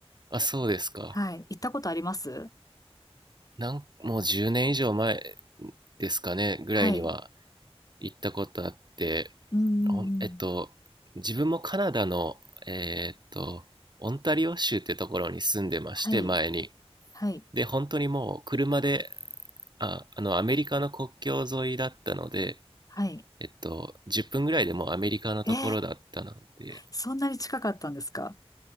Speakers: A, on the right; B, on the left.
A: あ、そうですか。
B: はい。行ったことあります
A: なん、もう10年以上前ですかね、ぐらいには
B: はい。
A: 行ったことあって、
B: うんうんうん。
A: ほんえっと、自分もカナダの、えーっと、オンタリオ州ってところに住んでまして、
B: はい。
A: 前に。
B: はい。
A: で、本当にもう車で、あ、あの、アメリカの国境沿いだったので、
B: はい。
A: えっと、10分ぐらいでもうアメリカのところだったので、
B: えー、そんなに近かったんですか